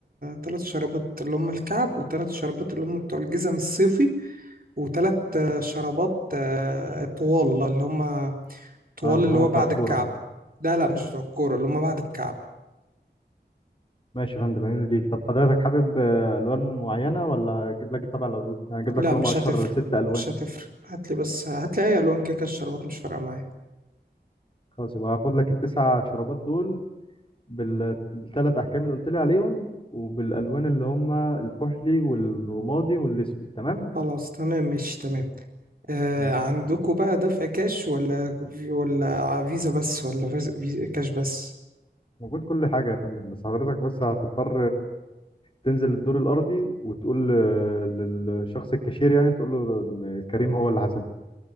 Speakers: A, on the right; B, on the left.
A: ثلاث شرابات اللي هم الكعب وثلاث شرابات اللي هم بتوع الجزم الصيفي وثلاث شرابات آه، طوال اللي هم طوال
B: طيب
A: اللي
B: هما
A: هو
B: بتوع
A: بعد
B: الكوره
A: الكعب لا لا مش بتوع الكورة اللي هم بعد الكعب
B: ماشي يا فندم عيوني ليك طب حضرتك حابب آه، الوان معينه ولا اجيب لك طبع العروض يعني اجيب
A: لا
B: لك اللي
A: مش
B: هم اشهر
A: هتفرق
B: ست الوان
A: مش هتفرق هات لي بس هات لي اي الوان كيكه الشرابات مش فارقه معايا
B: خلاص يبقى هاخد لك التسع شرابات دول بال- بالثلاث احجام اللي قلت لي عليهم وبالالوان اللي هم الكحلي والرمادي والاسود تمام
A: خلاص تمام ماشي تمام آه
B: ماشي
A: عندكم بقى دفع كاش ولا ولا فيزا بس ولا فيزا فيزا- كاش بس
B: موجود كل حاجه يا فندم بس حضرتك بس هتضطر تنزل الدور الارضي وتقول آه، للشخص الكاشير يعني تقول له ان كريم هو اللي حاسب